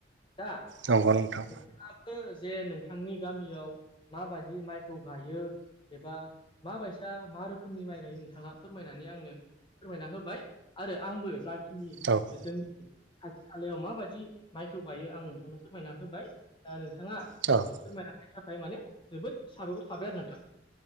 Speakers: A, on the left (about 25°); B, on the right (about 80°).
A: दा
B: औ नंगौ नोंथां
A: नोंथाङा जे नोंथांनि गामियाव माबायदि माइ खौ गायो एबा मा बायसा मा रोखोमनि माइ गायो नोंथाङा फोरमायनानै आंनो फोरमायना होबाय, आरो आंबो जाखिनि
B: <unintelligible>
A: जोंनि खाथि खालायाव माबायदि माइखौ गायो आं नोंथांनो फोरमायना होबाय। दा नोंथाङा
B: <unintelligible>
A: फोरमायनायनि थाखाय माने, जोबोद साबायखर थाबाय आरो नोंथां।